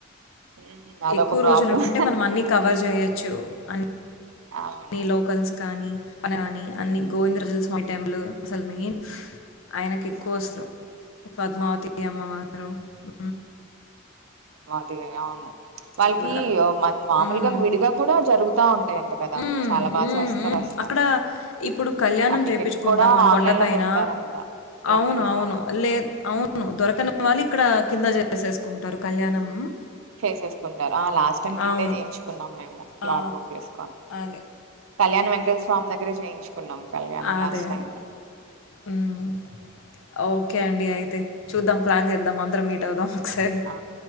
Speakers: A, on the right; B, on the left.
A: హ్మ్. అదొక
B: ఎక్కువ
A: ప్రాబ్లమ్.
B: రోజులుంటే, మనం అన్ని కవర్ చేయొచ్చు. అన్
A: అవును.
B: మీ లోకల్స్ కానీ పన్నారని అన్ని
A: హ్మ్.
B: గోవిందరాజు స్వామి టెంపుల్ అసలు మెయిన్ ఆయనకు ఎక్కువ
A: అవును.
B: అస్తరు. పద్మావతి
A: అవును.
B: అమ్మవారు హు
A: హిగారావును వాళ్ళకి
B: చూడాలి.
A: ఓ మన్ మామూలుగా
B: హ్మ్.
A: విడిగా కూడా జరుగుతా ఉంటాయంట కదా
B: హ్మ్.
A: చాలా బాగా
B: హ్మ్.
A: చేస్తారు
B: హ్మ్.
A: అసలు
B: అక్కడ ఇప్పుడు కళ్యాణం
A: ఆ టికెట్స్
B: జెపించుకుంటాం
A: కూడా
B: మన
A: ఆన్లైన్
B: కొండ పైన
A: లో పెడతారంట లక్కీ
B: అవును
A: డిప్
B: అవును
A: లాగా
B: లేద్ అవును దొరకని వాళ్ళు ఇక్కడ కింద జేసేసుకుంటారు కళ్యాణం మ్
A: చేసేసుకుంటారు. ఆ లాస్ట్ టైం కిందే
B: అవును.
A: చేయించుకున్నాం మేము స్లాట్
B: ఆ!
A: బుక్ జేసుకొని
B: అదే. అదే.
A: కళ్యాణ వెంకటేస్ స్వామి దగ్గరే జేయించు కున్నం కళ్యాణం
B: అదే.
A: లాస్ట్ టైము
B: హ్మ్. ఓకే అండి. అయితే చూద్దాం, ప్లాన్ చేద్దాం, అందరం మీట్ అవుదాం. స్కరి
A: ఆ